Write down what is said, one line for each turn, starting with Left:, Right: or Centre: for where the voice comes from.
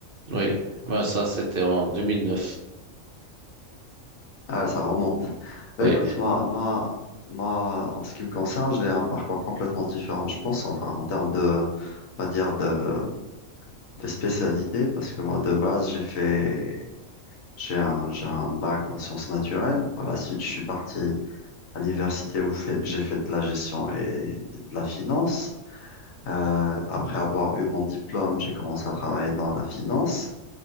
Right: oui. Ben, ça, c'était en 2009.
Left: Ah, ça remonte. Bah,
Right: Oui.
Left: écoute, moi, ma, ma, en ce qui me concerne, j'ai un parcours complètement différent, je pense, enfin, en termes de, on va dire, de, de spécialité, parce que moi, de base, j'ai fait J'ai un, j'ai un bac en sciences naturelles. Par la suite, je suis parti à l'université où fait- j'ai fait de la gestion et de la finance. Euh, après avoir eu mon diplôme, j'ai commencé à travailler dans la finance.